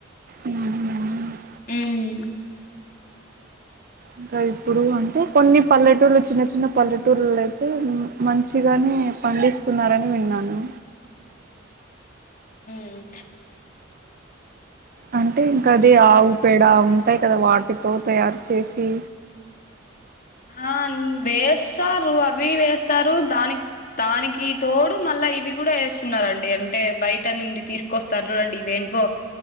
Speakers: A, on the right; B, on the left.
A: అవునా
B: హ్మ్
A: ఇంకా ఇప్పుడు అంటే కొన్ని పల్లెటూర్లు చిన్న చిన్న పల్లెటూర్లయితే ఉమ్ మంచిగానే పండిస్తున్నారని విన్నాను
B: హ్మ్
A: అంటే ఇంక అది ఆవు పేడవు అంతే కదా వాటితో తయారు చేసి
B: ఆహ్ వేస్తారు అవీ వేస్తారు. దానిక్ దానికి తోడు మళ్ళా ఇవి కూడా వేస్తున్నారండి అంటే బయట నిండి తీసుకొస్తారు చూడండి ఇవి ఏంటివో